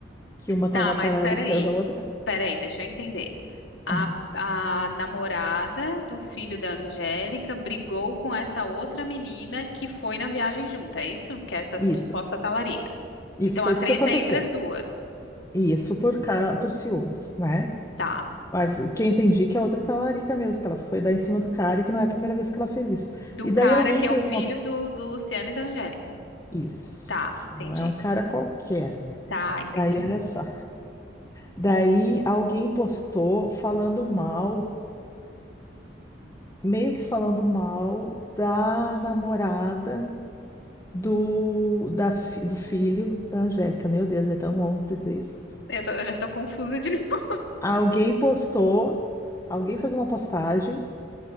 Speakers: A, on the left; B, on the left.
A: Que uma
B: Tá,
A: tava
B: mas
A: talaricando
B: peraí.
A: a outra.
B: Peraí, deixa eu entender. A,
A: Aham,
B: a namorada do filho da Angélica brigou com essa outra menina que foi na viagem junto. é isso? Que é essa
A: Isso,
B: suposta talarica.
A: isso
B: Então
A: foi
B: a
A: isso
B: treta
A: que aconteceu.
B: é entre as duas.
A: E Isso por ca... por ciúmes, né?
B: Tá.
A: Mas o que eu entendi que a outra é talarica mesmo, que ela foi dar em cima do cara e que não é a primeira vez que ela fez isso.
B: Do
A: E
B: cara
A: daí alguém
B: que
A: fez
B: é o filho
A: uma
B: do, do Luciano e da Angélica.
A: Isso,
B: Tá,
A: que
B: entendi.
A: não é um cara qualquer, né?
B: Tá, entendi.
A: Daí, olha só. Daí alguém postou falando mal, meio que falando mal da namorada do, da, fi- do filho da Angélica. Meu Deus, é tão longo pra dizer isso.
B: <laughs> Eu, tô- eu já tô confusa de novo.
A: Alguém postou, alguém fez uma postagem